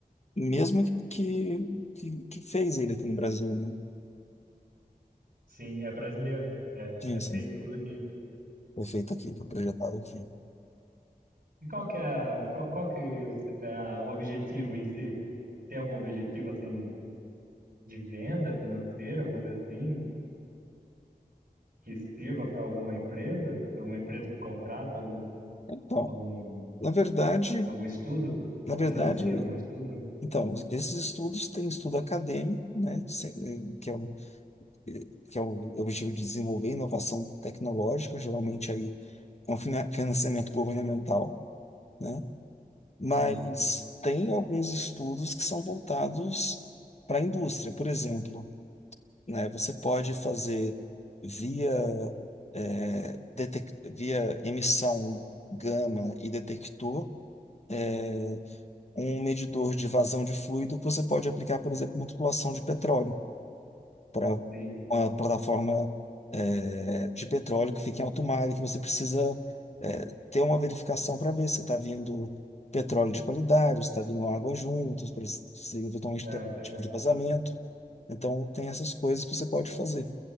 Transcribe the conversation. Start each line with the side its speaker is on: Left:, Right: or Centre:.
Left: mesmo que, que, que que fez ele aqui no Brasil, né?
Right: sim, é brasileiro. É,
Left: Sim,
Right: é
Left: sim.
Right: feito tudo aqui.
Left: Foi feito aqui, foi projetado aqui.
Right: E qual que é, a- qual, qual que é a- o objetivo em si? Tem algum objetivo assim de venda financeira, alguma coisa assim, que sirva para alguma empresa, alguma empresa que contrata algum,
Left: Então,
Right: algum,
Left: na verdade,
Right: algum estudo
Left: na
Right: ou
Left: verdade,
Right: financia algum estudo, né?
Left: então, esses estudos têm estudo acadêmico, né? se- eh, Que é o, eh, que é o objetivo de desenvolver inovação tecnológica, geralmente aí é um fina- financiamento governamental, né? mas
Right: Sim,
Left: tem alguns estudos que são voltados para a indústria. Por exemplo, né, você pode fazer via, eh, detec- via emissão gama e detector é, um medidor de vazão de fluido que você pode aplicar, por exemplo, na tubulação de petróleo para
Right: sim.
Left: uma plataforma eh, de petróleo que fica em alto mar e que você precisa eh, ter uma verificação para ver se está vindo petróleo de qualidade, se está vindo água juntos, para se se eventualmente
Right: É,
Left: tem algum
Right: te- é.
Left: tipo de vazamento. Então, tem essas coisas que você pode fazer,